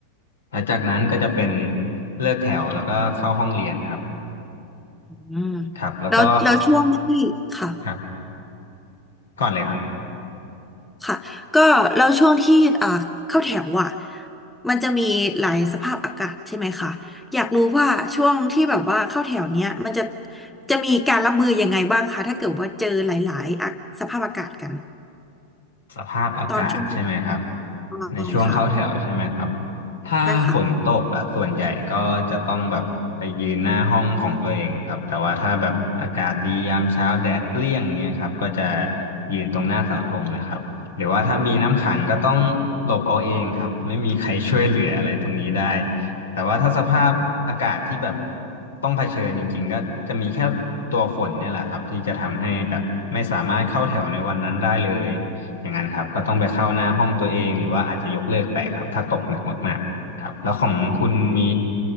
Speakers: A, on the left; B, in the centre.
A: หลังจากนั้นก็จะเป็นเลิกแถวแล้วก็เข้าห้องเรียนครับ
B: อืม
A: ครับแล้วก็
B: แล้วแล้วช่วงที่ค่ะ
A: ครับก่อนเลยครับ
B: ค่ะก็แล้วช่วงที่อ่าเข้าแถวอ่ะมันจะมีหลายสภาพอากาศใช่ไหมคะอยากรู้ว่าช่วงที่แบบว่าเข้าแถวเนี้ยมันจะจะมีการรับมือยังไงบ้างคะถ้าเกิดว่าเจอหลายๆอะสภาพอากาศกัน
A: สภาพอากาศใช่ไหมครับ
B: ตอนช่วงปลายค่ะ
A: ในช่วงเข้าแถวใช่ไหมครับถ้าฝนตกอ่ะส่วนใหญ่ก็จะต้องแบบไปยืนหน้าห้องของตัวเองครับแต่ว่าถ้าแบบอากาศดียามเช้าแดดเปรี้ยงเงี้ยครับก็จะ
B: ใช่ค่ะ
A: ยืนตรงหน้าเสาธงเลยครับหรือว่าถ้ามีน้ำขังก็ต้องหลบเอาเองครับไม่มีใครช่วยเหลืออะไรตรงนี้ได้แต่ว่าถ้าสภาพอากาศที่แบบต้องเผชิญจริงๆก็จะมีแค่ตัวฝนเนี่ยแหละครับที่จะทำให้แบบไม่สามารถเข้าแถวในวันนั้นได้เลย อย่างนั้นครับก็ต้องไปเข้าหน้าห้องตัวเองหรือว่าอาจจะยกเลิกไปครับถ้าตกหนักมากๆครับแล้วของคุณมี